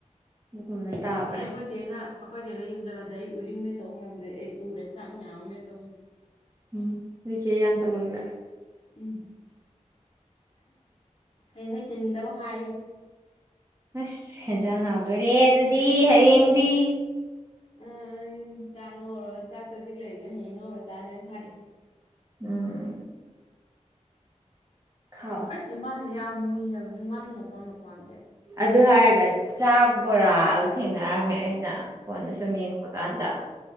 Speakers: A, on the right (about 25°); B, on the left (about 45°).
A: ꯑꯗꯨꯒꯨꯝꯕꯅ ꯇꯥꯕ꯭ꯔꯥ
B: ꯑꯁ ꯑꯩꯈꯣꯏꯁꯦꯅ ꯑꯩꯈꯣꯏꯗ ꯑꯩꯅ ꯌꯨꯝꯖꯜꯂꯗꯤ ꯑꯩ ꯎꯔꯤꯡ ꯃꯦ ꯇꯧ ꯃꯌꯥꯝꯗ ꯑꯩ ꯎꯔꯦ ꯆꯥꯛ ꯃꯌꯥꯝꯃꯦꯦ ꯇꯧꯁꯦ
A: ꯎꯝ ꯃꯤꯁꯦ ꯌꯥꯝ ꯇꯧꯒꯟꯕ꯭ꯔꯥ
B: ꯎꯝ ꯑꯩ ꯅꯣꯏ ꯇꯤꯟꯗꯕ ꯍꯥꯏꯌꯦꯦ
A: ꯑꯁ ꯍꯦꯟꯖꯥꯡ ꯍꯥꯎꯗꯣꯔꯦ ꯑꯗꯨꯗꯤ ꯍꯌꯦꯌꯦꯡꯗꯤ
B: ꯑꯨꯝ ꯆꯥꯛ ꯉꯧꯔꯒ ꯆꯥꯛ ꯆꯥꯖꯤꯛ ꯂꯩꯁꯦ ꯍꯌꯦꯡ ꯉꯧꯔꯒ ꯆꯥꯥꯁꯦꯅ ꯈꯥꯏ
A: ꯎꯝ ꯈꯥꯎ
B: ꯑꯩꯁꯤ ꯃꯥꯦ ꯌꯥꯝ ꯃꯨꯏ ꯍꯥꯏꯕꯕꯁꯤꯦ ꯃꯔ ꯃꯄꯥꯟ ꯃꯄꯥꯟꯁꯦ
A: ꯑꯗꯨ ꯍꯥꯏꯔꯒ ꯆꯥꯛ ꯄꯨꯣꯔꯥ ꯊꯦꯡꯅꯔꯝꯃꯦ ꯑꯩꯅ ꯐꯣꯟꯗ ꯁꯨꯝ ꯌꯦꯡꯉꯛꯕ ꯀꯥꯟꯗ